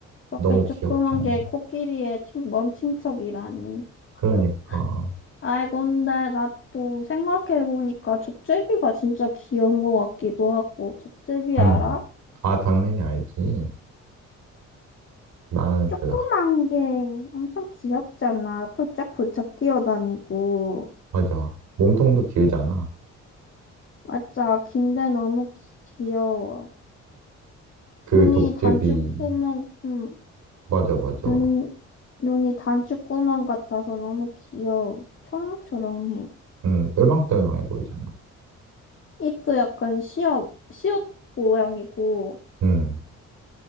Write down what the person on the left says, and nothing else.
저렇게
조그만
게 코끼리의 친, 먼 친척이라니.
응. 아이, 근데 나 또 생각해보니까 족제비가 진짜 귀여운 것 같기도 하고. 족제비
알아?
조그만
게 엄청 귀엽잖아. 폴짝폴짝 뛰어다니고.
맞아. 긴데 너무 기- 귀여워.
눈이
단추구멍, 응.
눈, 눈이 단추구멍 같아서 너무 귀여워. 초롱초롱해.
입도 약간 시옷, 시옷 모양이고.